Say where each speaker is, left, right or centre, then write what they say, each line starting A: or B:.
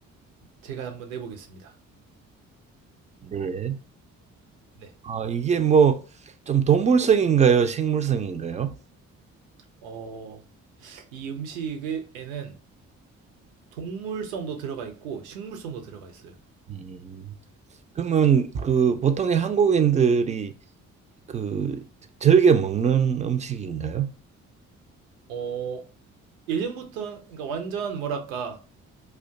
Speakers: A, on the right (about 80°); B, on the right (about 20°).
A: 제가 한번 내보겠습니다.
B: 네.
A: 네.
B: 아, 이게 뭐 좀 동물성인가요? 식물성인가요?
A: 어, 이 음식에는 동물성도 들어가 있고 식물성도 들어가 있어요.
B: 음. 그러면 그 보통의 한국인들이 그 즐겨 먹는 음식인가요?
A: 어, 예전부터, 그러니까 완전 뭐랄까,